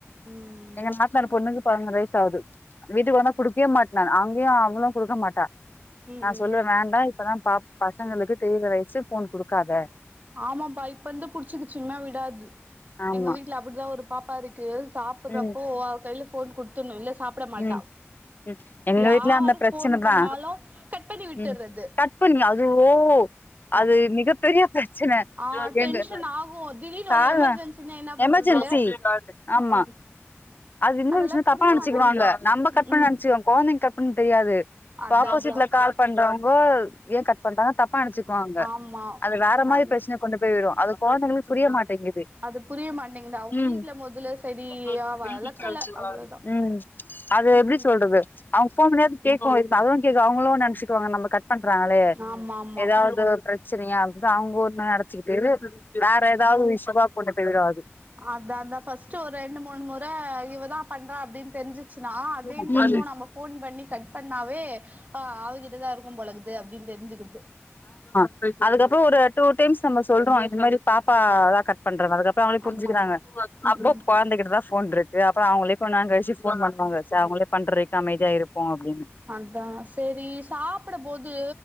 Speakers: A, on the right; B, on the left.
A: ம்
B: நாத்னார் பொண்ணுக்கு பதினொரு வயசு ஆகுது வீட்டுக்குள்ளந்தான் குடுக்கவே மாட்டோன் அங்கேயும் அவளு குடுக்க மாட்டா
A: ம்
B: நா
A: ம்
B: சொல்லற வேண்டா இப்பதா ப பசங்களுக்கு தெரியற வயசு போன் குடுக்காத
A: ஆமாப்பா இப்ப வந்து புடிச்சுக்குச்சீங்கன்னா விடாது
B: ஆமா
A: எங்க வீட்டுல அப்டிதா ஒரு பாப்பா இருக்கு து சாப்ட்றப்போ
B: ம்
A: அவ கையில போன் குடுத்துருணு இல்ல சாப்ட மாட்டா
B: ம் ம் எங்க
A: யாரு
B: வீட்லயு அந்த பிரச்சனைதா
A: ஃபோன் பண்ணாலு கட் பண்ணி விட்டுறது
B: ம் கட் பண்ணி அதுஓ
A: ஆ
B: அது மிகப்பெரிய பிரச்சனை
A: ஆ
B: <unintelligible>
A: டென்ஷன் ஆகு திடீர்னு ஒரு எமர்ஜென்சினா என்ன பண்றது
B: எமர்ஜென்சி ஆமா
A: அ ஆ
B: அது இன்னொரு
A: அதெல்லா
B: விஷயம் தப்பா
A: புரிய
B: நெனுச்சுக்குவாங்க
A: மாட்டேங்குது
B: நம்ம கட்பண்ணநெனச்சிக்கோ
A: ம் ம்
B: கொழந்தைங்க கட் பண்ண தெரியாது இப்ப
A: அதா
B: ஆப்போசிட்ல
A: அதா
B: கால் பண்றேங்கோ ஏன் கட் பண்றா தப்பா நெனைச்சிக்குவாங்க
A: ஆமா
B: அது வேற
A: நானு
B: மாரி பிரச்சன கொண்டு போய் விடு அது கொழந்தைங்களுக்கு புரிய மாட்டேங்குது
A: அது புரிய மாட்டேங்கதுஅவுங்க
B: ம்
A: வீட்டுல மொதல்ல சரியா
B: <unintelligible>
A: வளக்கல அவ்ளோதா
B: ம் அது
A: ம்
B: எப்டி
A: ம்
B: சொல்றது அவங்க போன் பண்ணியாவது கேட்கணு இப்ப அதுவு கேக்க அவங்களு நெனைச்சுக்குாங்க நம்ம கட் பண்றாங்களே
A: ஆமா ஆமா
B: ஏதாவது பிரச்சனையா இருந்து அவங்க ஒன்னு நடச்சிக்கிட்டே வேற ஏதாவது <unintelligible>
A: அந்தா அந்தா ஃபஸ்ட் ஒரு ரெண்டு மூணு முறை இவ தான் பண்றா அப்டின்னு தெரிஞ்ச்சுசினா அகைன்
B: ம்
A: திரும்போ நம்ம போன் பண்ணி கட் பண்ணாவே அ அவகிட்டதா இருக்கு போலகுது அப்டின்னு தெரிஞ்சுக்குறது
B: ம் அதுக்கப்பறம் ஒரு டூ டென்சன்ல சொல்றோ இந்த மாரி பாப்பா தா கட் பண்றா அதுக்கப்பறம் அவங்களே புரிஞ்சுக்கிறாங்க
A: ஆமா ஆமா ம்
B: அப்போ
A: ம்
B: அண்ணே கிட்ட தா போன் இருக்கு அப்பறம் அவங்களே கொஞ்ச நேரோ கழிச்சு போன் பண்ணுவாங்க சே அவங்களே பண்றதுக்கு அமைதியா இருப்போ அப்டின்னு
A: அதா சேரி சாப்டபோது